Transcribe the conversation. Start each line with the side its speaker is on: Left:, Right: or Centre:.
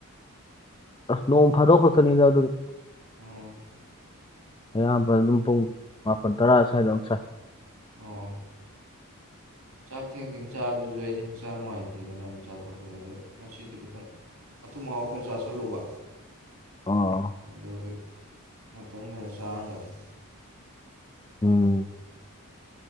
Left: ꯑꯁ ꯅꯣꯡ ꯐꯥꯗꯣꯛ ꯈꯛꯇꯅꯤꯗ ꯑꯗꯨꯗꯤ꯫
Right: ꯑꯣ
Left: ꯑꯌꯥꯝꯕ ꯑꯗꯨꯝ ꯄꯨꯡ ꯃꯥꯄꯟ ꯇꯔꯥ ꯁ꯭ꯋꯥꯏꯗ ꯑꯃ ꯆꯥꯏ꯫
Right: ꯑꯣ ꯆꯥꯛ ꯊꯦꯡ ꯊꯦꯡ ꯆꯥꯕꯁꯤꯁꯨ ꯑꯩꯗꯤ ꯍꯛꯆꯥꯡ ꯅꯨꯡꯉꯥꯏꯇꯦꯅ ꯉꯟꯅ ꯆꯥꯊꯣꯛꯄꯅꯦ ꯑꯗꯣ ꯉꯁꯤꯗꯤ ꯈꯤꯇꯪ ꯑꯊꯨꯝ ꯃꯍꯥꯎ ꯈꯔ ꯆꯥꯥꯁꯜꯂꯨꯕ
Left: ꯑꯣ
Right: ꯑꯗꯨꯒꯤ ꯉꯍꯥꯛꯇꯪ ꯂꯩꯔ ꯆꯥꯔꯗꯝꯅꯤ꯫
Left: ꯎꯝ